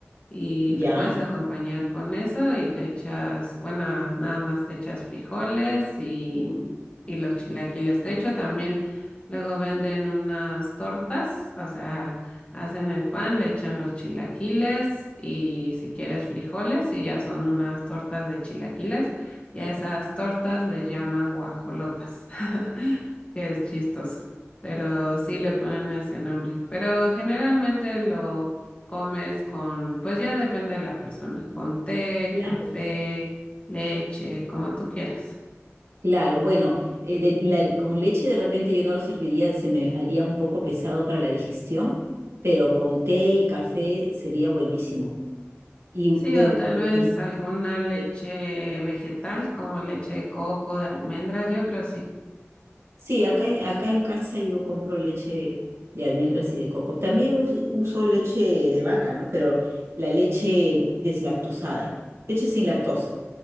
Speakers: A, on the left (about 25°); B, on the right (about 65°).
A: y
B: Ya.
A: lo puedes acompañar con eso y le echas, bueno, nada más te echas frijoles y, y los chilaquiles. De hecho, también luego venden unas tortas, o sea, hacen el pan, le echan los chilaquiles y si quieres frijoles y ya son unas tortas de chilaquiles y a esas tortas les llaman guajolotas, <laughs> que es chistoso. Pero sí le
B: Eh,
A: ponen ese nombre. Pero generalmente lo Comes con, pues ya depende de la persona, con té,
B: Claro.
A: café, leche, como tú quieras.
B: Claro, bueno, eh, de- la- con leche de repente yo no lo serviría, se me haría un poco pesado para la digestión, pero con té y café sería buenísimo. Y,
A: Sí,
B: y de-
A: o tal vez
B: y-
A: alguna leche
B: eh,
A: vegetal, como leche de coco, de almendras, yo creo sí.
B: sí, acá en, acá en casa yo compro leche de almendras y de coco. También us- uso leche de vaca, ¿no? Pero la leche deslactosada, leche sin lactosa,